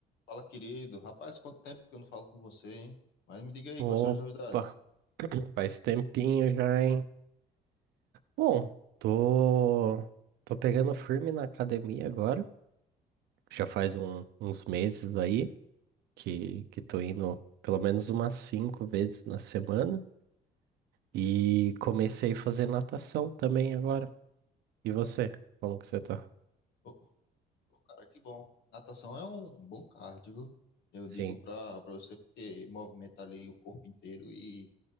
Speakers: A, on the left; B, on the right.
A: Fala, querido. Rapaz, quanto tempo que eu não falo com você, hein? Mas me diga aí,
B: Opa,
A: quais são as novidades?
B: faz tempinho já, hein? Bom, tô, tô pegando firme na academia agora. Já faz um- uns meses aí que, que tô indo pelo menos umas cinco vezes na semana. E comecei a fazer natação também agora. E você? Como que você tá?
A: Pô, pô, cara, que bom. Natação é um bom cardio, viu? Eu
B: Sim,
A: digo pra, pra você porque movimenta ali o corpo inteiro e